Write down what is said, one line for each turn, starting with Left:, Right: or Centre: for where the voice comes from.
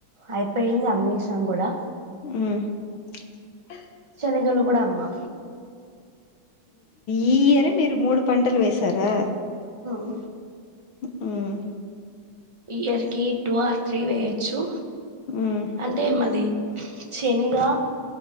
Right: అయిపోయింది అమీసంగ్ కూడా
Left: హ
Right: శనగాళ కూడా అమ్మా
Left: ఈయరే మీరు మూడు పంటలు వేశారా
Right: ఓ
Left: హ్మ్మ్
Right: ఇయర్ కి టూ ఆర్ త్రీ వేయొచ్చు
Left: ఉమ్
Right: అంటే మాది శనిగ